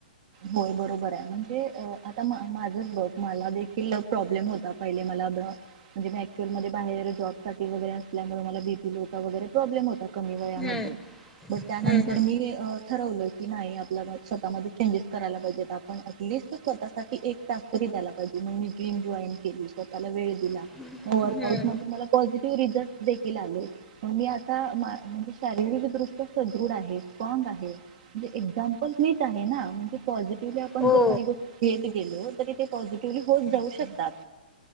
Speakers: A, on the right (about 50°); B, in the centre.
A: होय बरोबर आहे म्हणजे आता मा माझच बघ मला देखील प्रॉब्लेम होता पहिले मला म्हणजे ऍक्च्युअल मध्ये बाहेर जॉब साठी वगैरे असल्यामुळे मला बीपी लो वगैरे प्रॉब्लेम होता कमी वयामध्ये
B: हम्म
A: बट त्यानंतर
B: हम्म
A: मी ठरवल की नाही आपल्या म स्वतःमध्ये चेंजेस करायला पाहिजेत आपण ऍटलीस्ट स्वतः साठी एक तास तरी द्यायला पाहिजे मग मी जिम जॉईन केली स्वतः ला वेळ दिला
B: हम्म
A: म वर्क
B: हम्म
A: आऊट मध्ये मला पॉसि ते रिजल्ट देखील आले मग मी आता मा म्हणजे शारीरिक दृष्ट्या सदृढ आहे स्ट्रॉंग आहे म्हणजे एक्साम्पल मीच आहे ना म्हणजे पॉझि ते आपण
B: हो
A: जर काही गोष्ट घेत गेलोत तरी ते पॉझिटिव्हली होतं जाऊ शकतात